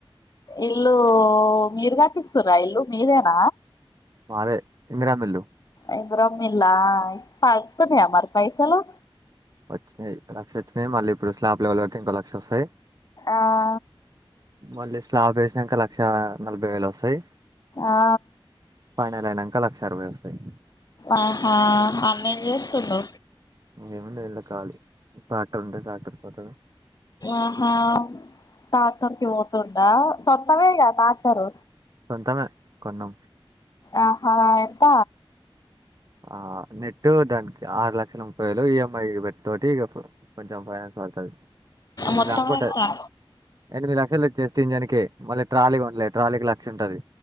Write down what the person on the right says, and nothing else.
మాదే ఇందిరమ్మ ఇల్లు
వచ్చినయ్ లక్ష వచ్చినయ్ మల్ల ఇప్పుడు స్లాబ్ లెవెల్ కడితే ఇంకో లక్ష వస్తయ్
మళ్ళీ స్లాప్ వేసినాక లక్ష నలభై వేలు వస్తాయి
ఫైనల్అయినాకా లక్ష అరవై వస్తాయి
ఏం లేదు లే ఖాళీ ట్రాక్టర్ ఉంటె ట్రాక్టర్కి పోతాడు
సొంతమే కొన్నం
ఆ నెట్టు దానికి ఆరు లక్షల ముపాయి వేళ్ళు ఈఎంఐ పెట్తోటి ఇగ కొంచెం ఫైనాన్స్ <unintelligible> ఎనిమిది
<unintelligible>
ఎనిమిది లక్షలు జస్ట్ ఇంజన్ కి మళ్ళీ ట్రాలీ కొన్నలే ట్రాలీకి లక్ష ఉంటుది